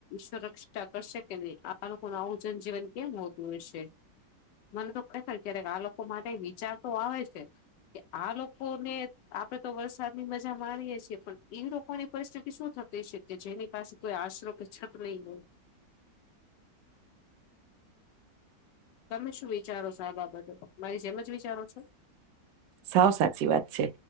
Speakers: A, on the left (about 85°); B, on the right (about 80°).
A: સુરક્ષા કરશે કે નહી આ લોકોનુ આવું જનજીવન કેમ હોતું હશે? મને તો <unintelligible> ક્યારેક આ લોકો માટે વિચાર તો આવે છે. કે આ લોકો ને આપડે તો વરસાદની મજા માણીએે કે પણ એ લોકોની પરિસ્થિતિ શું થતી હશે કે જેની પાસે કોઈ આશરો કે છત નહીં હોય તમે શું વિચારો છો આ બાબતે મારી જેમ જ વિચારો છો
B: સાવ સાચી વાત છે